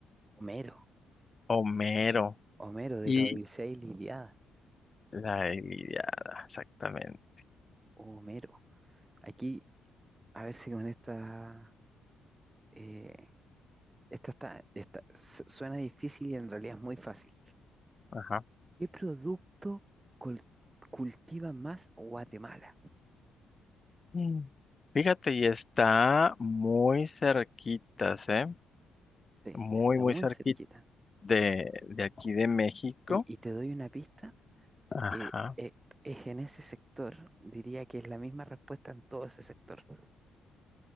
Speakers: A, on the right; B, on the left.
A: Homero,
B: Homero
A: Homero de
B: y
A: la Odisea y la Ilíada.
B: la Ilíada, exactamente.
A: Homero. Aquí, a ver si con esta. eh, esta está, esta su- suena difícil y en realidad es muy fácil.
B: Ajá.
A: ¿Qué producto col- cultiva más Guatemala?
B: Mm. Fíjate, y está muy cerquitas, ¿eh?
A: Sí,
B: Muy,
A: está
B: muy
A: muy
B: cerquita
A: cerquita.
B: de, de aquí de México.
A: Y, y te doy una pista.
B: Ajá.
A: eh, eh, es en ese sector, diría que es la misma respuesta en todo ese sector.